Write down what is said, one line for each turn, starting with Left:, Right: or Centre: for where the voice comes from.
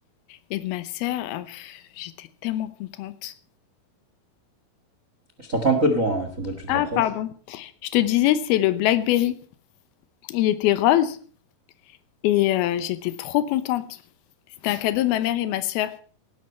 Left: et de ma sœur. Ah, pff, j'étais tellement contente.
Right: Je t'entends un peu de loin, hein, Il faudrait que tu te
Left: Ah,
Right: rapproches.
Left: pardon. Je te disais, c'est le BlackBerry. Il était rose Et euh, j'étais trop contente. C'était un cadeau de ma mère et ma sœur.